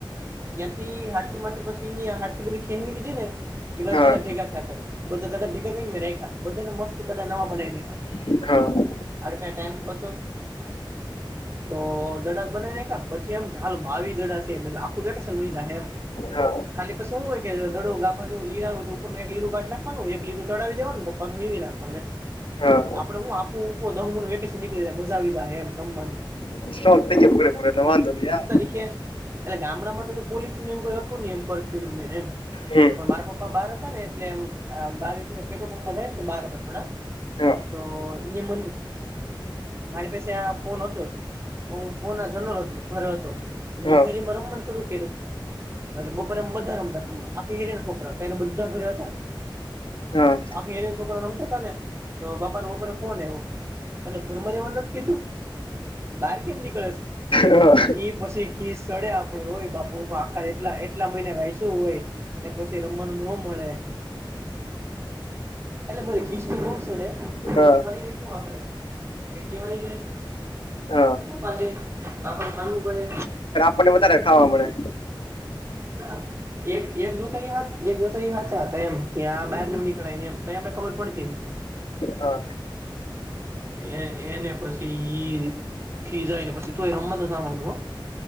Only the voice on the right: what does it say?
ત્યાં થી હ <unintelligible> <unintelligible>
મસ્ત બધા નવા બનાય રાયખા
અડ કઈ ટાઈમ થતો તો દડા બનાવી ને પછી એમ કે હાલ બ દડા છે આખું <unintelligible>
ખાલી પી શું હોય કે જે દડો ગા જેું લીરા હોય તો ઉપરનું એક લીરુ કાઠી નાખવાનું એક લીરુ ચાવ દવાનું પછ લીવી નાખ
આપડે હૂ આખુ વેકેશન નીકળી મજા આવી એમ રમવાની
એ ગામડામાં તો પોલીસ ન હતું એમ કર્યુું એમ
પણ મારા પ્પા બહાર હતા ને એટલે એમ બાર એટલેે થાયને તો બાર હતા થોડા
તો એને મ મારી પાસે આ ફોન હતો જ કોના જનોર હતો ઘરે હતો હું
હેરીમાં રમમન શરુ કરું અ બપોરે એમ બધા રમતા આખે હેરેને છોકરા ત્યારે બધા ઘરે હતા
આખી એને છોકરા નમતા થ ને તો બાપા ના બપરે ફોન આવ્યો તને ઘરમાં રેવા નથ કીધું બહાર કેમ નીકળે છે
ઈ પછી ઘી સડે આપડે હોય બાપા હ આખા એટલા એટલા મહિના હાયસુ હોય ને પછી રમવાનું ન મળે એટલે બ ખિસ્ તો બો સડે
કરીયે હૂ આપડે કંઈક કવાય જાય
બાપા છે બાપા માનવું પડે
હા એક એક જોતાઈ હાથ, એક જોતાઈ હાથ, સાતેમ કે આ બાહેર ન નીકળાય ને એમ, ત્યા આપડે ખબર પડતી.
એ એને પછી ઈ ખીજાયને પછી, તો એ રમવા તો જવાનું હો.